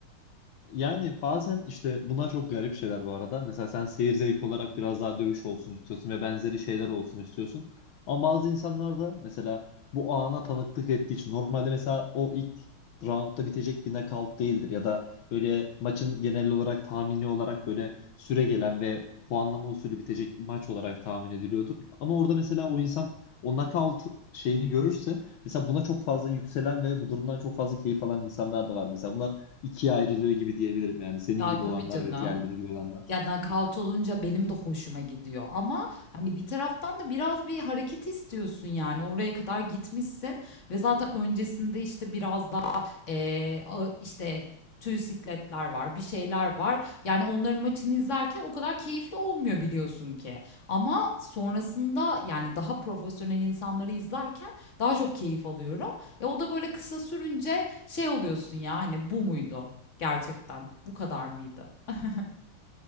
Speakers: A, on the left; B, on the left.
A: Yani bazen işte bunlar çok garip şeyler bu arada. Mesela sen seyir zevki olarak biraz daha dövüş olsun istiyorsun ve benzeri şeyler olsun istiyorsun. Ama bazı insanlar da mesela bu ana tanıklık ettiği için normalde mesela o ilk roundda bitecek bir knockout değildir ya da böyle maçın genel olarak tahmini olarak böyle süre gelen ve puanlama usulü bitecek maç olarak tahmin ediliyordur. Ama orada mesela o insan o knockout şeyini görürse mesela buna çok fazla yükselen ve bu durumdan çok fazla keyif alan insanlar da var. Mesela bunlar ikiye ayrılıyor gibi diyebilirim yani. Senin
B: Ya,
A: gibi
B: tabii
A: olanlar
B: canım.
A: ve diğerleri gibi olanlar.
B: Ya, knockout olunca benim de hoşuma gidiyor ama, hani, bir taraftan da biraz bir hareket istiyorsun, yani. Oraya kadar gitmişsin ve zaten öncesinde, işte, biraz daha, eee, ağı işte, tüy sikletler var, bir şeyler var. Yani, onların maçını izlerken o kadar keyifli olmuyor biliyorsun ki ama sonrasında, yani, daha profesyonel insanları izlerken daha çok keyif alıyorum. Ya o da böyle kısa sürünce şey oluyorsun ya, hani, bu muydu gerçekten, bu kadar mıydı? <laughs>